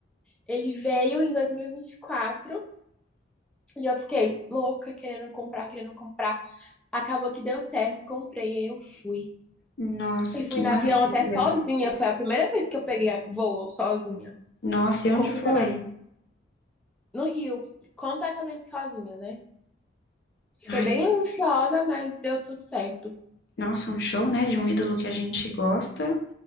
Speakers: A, in the centre; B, on the left (about 55°).
A: ele veio em dois mil e e vinte e quatro. E eu fiquei louca, querendo comprar, querendo comprar. Acabou que deu certo, comprei, aí eu fui.
B: nossa,
A: E
B: que
A: fui no
B: maravilha.
A: avião até sozinha. Foi a primeira vez que eu peguei voo sozinha.
B: Nossa, e onde
A: Completamente
B: foi?
A: no Rio, completamente sozinha, né? Fiquei
B: Ai,
A: bem ansiosa, mas deu tudo certo.
B: nossa, um show, né, de um ídolo que a gente gosta.